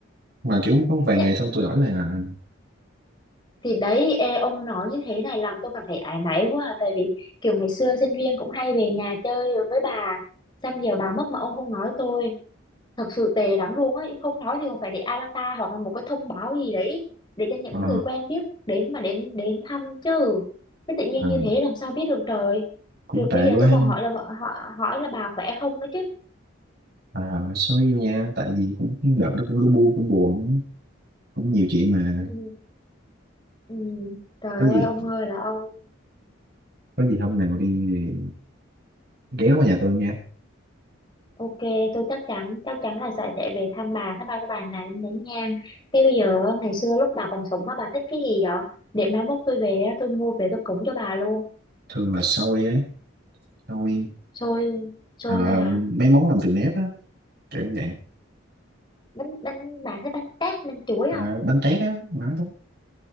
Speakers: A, on the right; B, on the left.
A: mà kiểu có vài
B: Nhưng
A: ngày xong tôi đổi lại là
B: thì đấy ê, ông nói như thế này làm tôi cảm thấy áy náy quá à, tại vì kiểu ngày xưa sinh viên cũng hay về nhà chơi rồi với bà xong giờ bà mất mà ông không nói tôi thật sự tệ lắm luôn ấy không nói thì còn phải để avatar hoặc là một cái thông báo gì đấy để cho những
A: ờ,
B: người quen biết đến mà đến đến thăm chứ cái tự nhiên
A: ờ,
B: như thế làm sao biết được trời
A: cũng
B: rồi
A: tệ
B: bây giờ
A: quá
B: tôi còn hỏi là bà- họ hỏi là bà khỏe không nữa chứ
A: à, sorry nha tại vì cũng đợt đó cũng lu bu cũng buồn cũng nhiều chuyện mà
B: ừ, ừ. trời
A: có gì
B: ơi ông ơi là ông
A: có gì hôm nào đi thì ghé qua nhà tôi nha
B: ok tôi chắc chắn chắc chắn là sẽ sẽ về thăm bà thăm ba cái bà này nén nhang cái bây giờ á, ngày xưa lúc bà còn sống á bà thích cái gì vậy để mai mốt tôi về á, tôi mua về tôi cúng cho bà luôn
A: thường là xôi ấy xôi
B: xôi xôi
A: ờ,
B: thôi hả
A: mấy món làm từ nếp á kiểu như vậy
B: bánh bánh bà thấy bánh tét bánh chuối
A: Ờ,
B: không
A: bánh tét á nói đúng